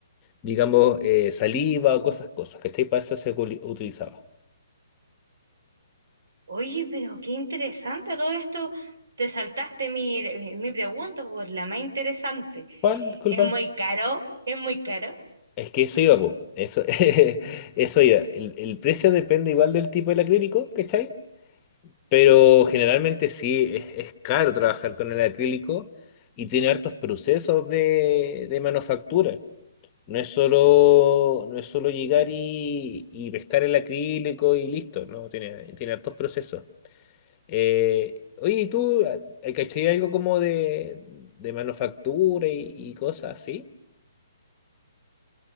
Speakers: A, on the left; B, on the right.
A: digamos, eh, saliva o cosas, cosas, ¿cachai? Para eso se culi- utilizaba.
B: Oye, pero qué interesante todo esto. Te saltaste mi, mi pregunta, por la más interesante.
A: ¿Cuál? Disculpa.
B: Es muy caro, es muy caro.
A: Es que eso iba, po. Eso, <laughs> eso iba. El, el precio depende igual del tipo del acrílico, ¿cachai? Pero generalmente sí, es, es caro trabajar con el acrílico y tiene hartos procesos de, de manufactura. No es solo, no es solo llegar y, y pescar el acrílico y listo, ¿no? Tiene, tiene hartos procesos. Eh, oye, ¿y tú ah, eh, cachai algo como de, de manufactura y, y cosas así?